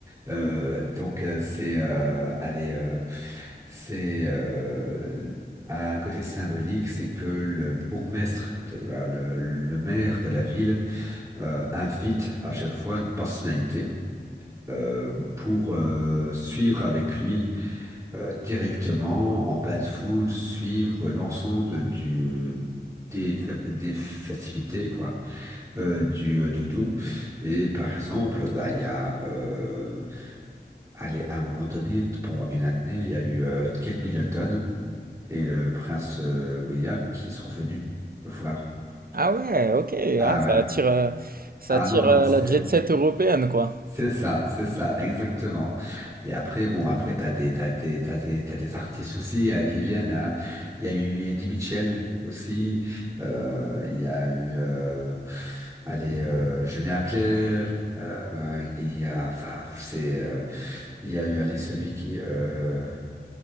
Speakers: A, on the right; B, on the right.
A: Euh, donc euh, c'est euh, allez euh, c'est euh, un côté symbolique, c'est que le bourgmestre, eh ben, le, le maire de la ville euh, invite à chaque fois une personnalité euh, pour euh, suivre avec lui euh, directement en bain de foule, suivre l'ensemble du euh, Des, fe- des festivités quoi euh, du de tout et par exemple bah il y a euh, Allez, à un moment donné, pendant une année, il y a eu euh, Kate Middleton et le prince euh, William qui sont venus voir.
B: Ah ouais, OK,
A: Ah
B: ah ça
A: ouais.
B: attire, heu, ça
A: Ah
B: attire,
A: non, non,
B: heu,
A: c'est
B: la jet set européenne, quoi.
A: c'est ça, c'est ça, exactement. Et après, bon, après, t'as des, t'as des, t'as des, t'as des artistes aussi euh, qui viennent. hein. Il y a eu Eddie Mitchell aussi. Euh, il y a eu, euh, allez, euh, Julien Clerc. euh, il y a, enfin, c'est, euh, il y a eu, allez, celui qui, euh,